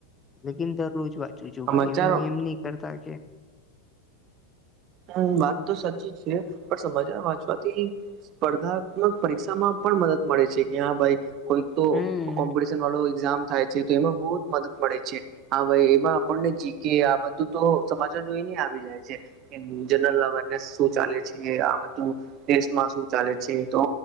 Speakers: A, on the left; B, on the right.
A: લેકિન દરરોજ વાંચું છું
B: સમાચાર
A: ભાઈ હું એમ નહી કરતા કે
B: હમ્મ વાત તો સાચી છે પણ સમાચાર વાંચવાથી સ્પર્ધાત્મક પરીક્ષામાં પણ મદદ મળે છે, કે હા ભાઈ કોઈ તો
A: હમ
B: કોમ્પિટશન વાળો એક્ઝામ થાય છે તો એમાં બહુ જ મદદ મળે છે હા ભાઈ એમાં આપણને જીકે આ બધું તો સમાચાર જોઈને આવી જાય છે. કે જનરલ <unintelligible> શું ચાલે છે આ બધું. દેશમાં શું ચાલે છે, તો